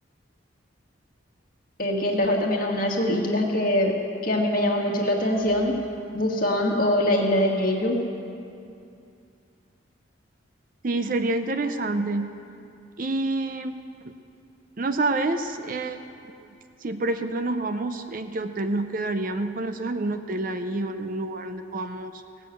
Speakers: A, on the left; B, on the right.
A: eh, que es la, también a una de sus islas que, que a mí me llama mucho la atención, Busan o la isla de Jeju.
B: Sí, sería interesante. Y ¿No sabes eh, si, por ejemplo, nos vamos, en qué hotel nos quedaríamos? ¿Conoces algún hotel ahí o algún lugar donde podamos